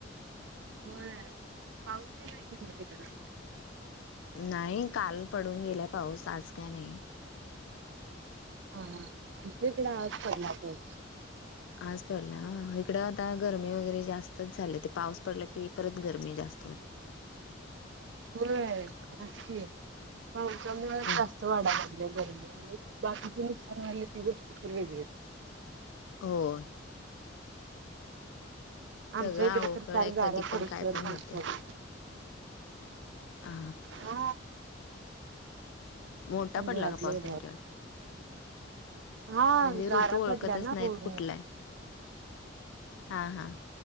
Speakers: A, on the right; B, on the left.
A: होय पाऊस बी नाही कमी आहे तिकड
B: नाही काल पडून गेला पाऊस आज काय नाही
A: होन इकडे आज पडला बघ
B: आज पडला इकड आता गरमी वगैरे जास्तच झाले ते पाऊस पडला की परत गरमी जास्त होती
A: होय होय की पावसामुळं
B: हो
A: जा वाढा लागलीया गरमी बाकीचे नुकसान होय व्हायलय ती गोष्ट तर वेगळीच
B: होय
A: आमच्या
B: सगळं
A: इकडे
B: अवघड
A: तर फार
B: आहे
A: गारा
B: कधी पण
A: पडोस
B: काय
A: तर
B: पण
A: पाऊस
B: होते.
A: पडला
B: हा
A: हो
B: मोठा पडला
A: वाढलंय
B: का पाऊस तुमच्याकडे
A: हा
B: म्हणजे
A: गारा
B: ऋतु ओळखतच
A: पडल्या ना
B: नाहीत
A: पूर्ण
B: कुठला आहे हां हां